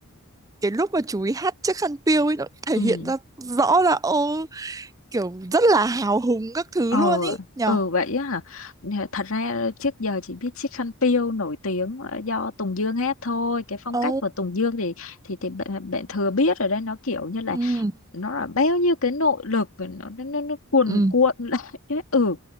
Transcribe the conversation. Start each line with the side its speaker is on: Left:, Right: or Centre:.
Right: cái lúc mà chú ý hát chiếc khăn piêu ấy nó thể
Left: ừ
Right: hiện ra rõ là ô kiểu rất là hào hùng các thứ
Left: ờ
Right: luôn ý nhở
Left: ừ vậy á hả Nè, thật ra trước giờ chỉ biết Chiếc Khăn Piêu nổi tiếng à, do Tùng Dương hát thôi cái phong
Right: ồ
Left: cách của Tùng Dương thì thì thì bạn, bạn thừa biết rồi đấy nó kiểu như là
Right: Ừ,
Left: nó là bao nhiêu cái nội lực và nó nó, nó, nó cuồn
Right: ừ.
Left: cuộn <laughs> lại ấy. ừ